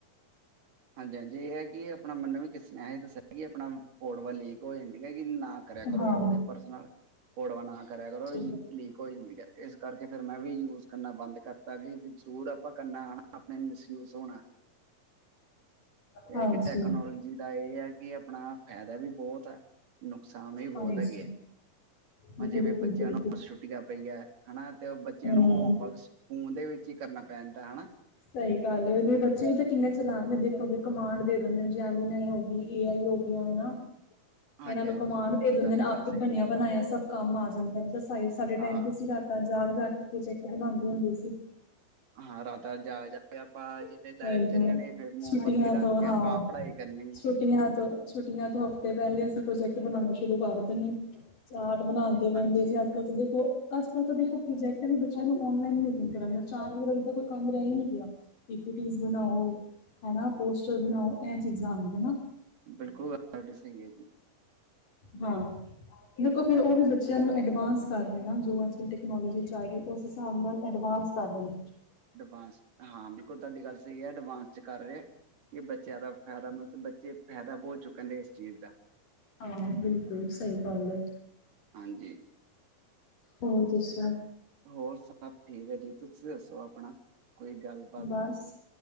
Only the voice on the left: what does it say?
ਹਾਂ
ਜੀ
ਹਾਂਜੀ
ਹਾਂਜੀ
ਬਿਲਕੁਲ
ਬਿਲਕੁਲ
ਹਮ
ਸਈ ਗੱਲ ਏ ਉਦੇ ਬੱਚੇ ਵੀ ਤਾਂ ਕਿੰਨੇ ਚਲਾਕ ਨੇ ਦੇਖੋਗੇ ਕਮਾਂਡ ਦੇ ਦਿੰਦੇ ਜੈਮਨੀ ਈ ਹੋਗੀ ਏ ਆਈ ਹੋ ਗਿਆ ਹਨਾ।
ਏਨਾਂ ਨੂੰ ਕਮਾਂਡ
ਦੇ ਦਿੰਦੇ
ਨੇ ਆਪੇ
ਬਣਿਆ
ਬਣਾਇਆ ਸਭ ਕੰਮ ਆ ਜਾਂਦਾ 'ਤੇ ਸਾ ਸਾਡੇ
ਟਾਈਮ 'ਤੇ ਸੀ ਰਾ ਤਾਂ ਜਾਗ-ਜਾਗ ਕੇ ਪ੍ਰੋਜੈਕਟ ਬਣਾਂਦੇ ਹੁੰਦੇ ਸੀ।
ਸਹੀ
ਗੱਲ
ਛੁੱਟੀਆਂ
ਤੋਂ
ਹਾਂ
ਛੁੱਟੀਆਂ ਤੋਂ ਛੁੱਟੀਆਂ ਤੋਂ ਹਫ਼ਤੇ ਪਹਿਲੇ ਅਸੀਂ ਪ੍ਰੋਜੈਕਟ ਬਣਾਉਣਾ ਸ਼ੁਰੂ ਕਰ ਦੇਣੇ। ਚਾਟ ਬਣਾਂਦੇ ਬੈਦੇ
ਸੀ ਅੱਜ-ਕੱਲ ਤਾਂ ਦੇਖੋ ਅੱਜ-ਕੱਲ ਤਾਂ ਦੇਖੋ ਪ੍ਰੋਜੈਕਟ ਵੀ ਬੱਚਿਆਂ ਨੂੰ ਓਨਲਾਈਨ ਹੀ ਉਦਨ ਕਰਨ ਵਸ ਚਾਟ ਵਗ਼ੈਰਾ ਦਾ ਤਾਂ ਕੋਈ ਕੰਮ ਰੇ ਈ ਨੀ ਗਿਆ, ਪੀ ਪੀ ਟੀਜ ਬਣਾਓ ਹਨਾ ਪੋਸਟਰ ਬਣਾਓ ਐ ਚੀਜ਼ਾਂ ਆਈਆਂ।
ਹਾਂ। ਦੇਖੋ ਫਿਰ ਓ ਵੀ ਬੱਚਿਆਂ ਨੂੰ ਐਡਵਾਂਸ ਕਰ ਰੇ ਨਾ ਜੋ ਅੱਜ-ਕੱਲ ਟੈਕਨੋਲੋਜੀ 'ਚ ਆ ਗੇ ਉਸ ਹਿਸਾਬ ਨਾਲ ਐਡਵਾਂਸ ਪਾ ਦੇਣ ਵਿਚ
ਆਹੋ ਬਿਲਕੁਲ ਸਹੀ ਗੱਲ ਏ।
ਹੋਰ ਦੱਸੋ
ਬਸ,